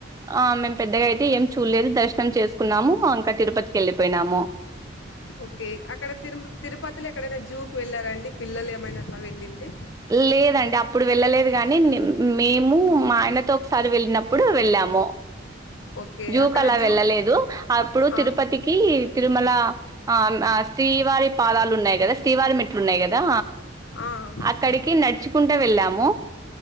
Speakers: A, on the right (about 20°); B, on the left (about 80°).
A: ఆ మేము పెద్దగా అయితే ఏం చూడలేదు దర్శనం చేసుకున్నాము ఇంకా తిరుపతికి వెళ్ళిపోయినాము.
B: ఓకే అక్కడ తిరుమ తిరుపతిలో ఎక్కడైనా జూకి వెళ్ళారండి పిల్లలు ఏమైనా అట్ల వెళ్ళింటే
A: లేదండి అప్పుడు వెళ్ళలేదు కానీ మే మేము మా ఆయనతో ఒకసారి వెళ్ళినప్పుడు వెళ్ళాము.
B: ఓకే
A: జూకు
B: అక్కడ
A: అలా
B: జూ
A: వెళ్ళలేదు అప్పుడు
B: ఆ
A: తిరుపతికి కీ తిరుమల ఆ ఆ శ్రీవారి పాదాలు ఉన్నాయి కదా, శ్రీవారి మెట్లు ఉన్నాయి కదా
B: ఆ అక్క
A: అక్కడికి నడుచుకుంట వెళ్ళాము.